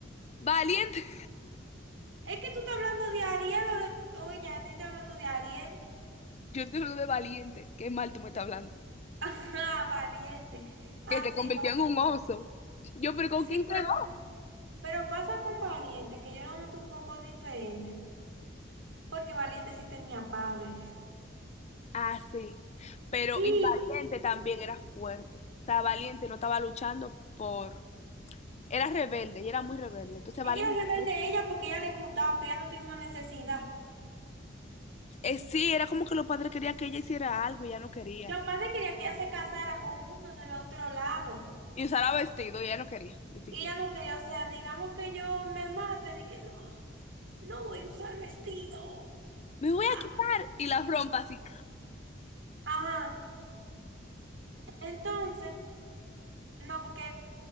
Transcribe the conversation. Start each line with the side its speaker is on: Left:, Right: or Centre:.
Left: Valiente.
Right: Es que tú estás hablando de Ariel o de... Oye, ya te estoy hablando de Ariel.
Left: <laughs> Yo te hablo de valiente. Qué mal tú me estás hablando.
Right: <laughs> Ajá, valiente. Ah,
Left: Que se convirtió
Right: sí, valiente.
Left: en un oso. Yo, pero ¿con
Right: Sí,
Left: quién quedó?
Right: pero, pero pasa con valiente, que yo lo noto un poco diferente, porque valiente sí tenía padres.
Left: Ah, sí. Pero
Right: Y
Left: y Valiente también era fuerte. O sea, Valiente no estaba luchando por... Era rebelde, ella era muy rebelde. Entonces
Right: Ella
Left: Valiente,
Right: era rebelde
Left: ¿no?
Right: ella porque ella les gustaba, pero ella no tenía una necesidad.
Left: Eh, sí, era como que los padres querían que ella hiciera algo y ella no quería.
Right: Los padres querían que ella se casara con uno del otro lado.
Left: Y usara vestido y ella no quería, ni siquiera.
Right: Y ella no quería, o sea, digamos que yo me mate, dije, no, no voy a usar vestido.
Left: Me voy a
Right: Ah,
Left: quitar y la rompa así.
Right: Ajá. Entonces, no, porque,